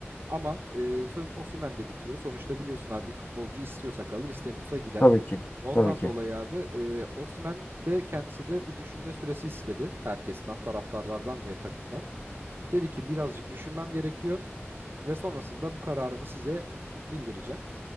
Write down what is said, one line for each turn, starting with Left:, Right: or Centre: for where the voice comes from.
Right: Ama e, söz Osimhen'de bitiyor. Sonuçta biliyorsun abi bir futbolcu istiyorsa kalır, istemiyorsa gider.
Left: Tabii ki.
Right: Ondan
Left: Tabii ki.
Right: dolayı abi e, Osimhen de kendisi de bir düşünme süresi istedi herkesten, taraftarlardan ve takımdan. Dedi ki birazcık düşünmem gerekiyor ve sonrasında bu kararımı size bildireceğim.